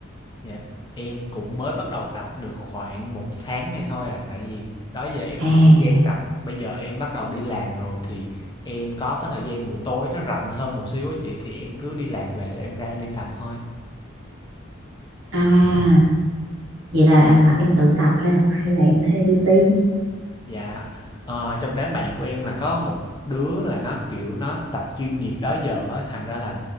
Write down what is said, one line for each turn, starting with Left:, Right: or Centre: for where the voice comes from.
Left: Dạ, em cũng mới bắt đầu tập được khoảng một tháng nay thôi à, tại vì đó giờ em
Right: À
Left: không có thời gian tập. Bây giờ em bắt đầu đi làm rồi thì em có cái thời gian buổi tối nó rảnh hơn một xíu á chị, thì em cứ đi làm về sau em ra em đi tập thôi.
Right: à vậy là à, em tự tập hay là hay là em thuê PT?
Left: Dạ, ờ, trong đám bạn của em là có một đứa là nó, kiểu, nó tập chuyên nghiệp đó giờ á, thành ra là